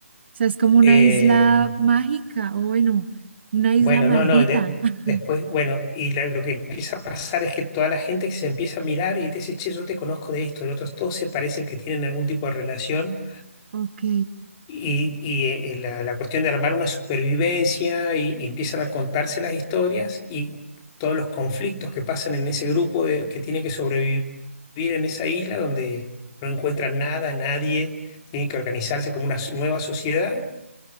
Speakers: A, on the right; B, on the left.
A: sea, es como una
B: Eh,
A: isla mágica, o bueno, una isla
B: Bueno,
A: maldita.
B: no, no, de-
A: <laughs>
B: después, bueno, y la- lo que empieza a pasar es que toda la gente que se empieza a mirar y te dice, che, yo te conozco de esto, de otros, todos se parecen que tienen algún tipo de relación
A: Ok.
B: y, y, eh, eh, la, la cuestión de armar una supervivencia y, y empiezan a contarse las historias y todos los conflictos que pasan en ese grupo de- que tiene que sobrevivir en esa isla donde no encuentran nada, nadie, tienen que organizarse como una s- nueva sociedad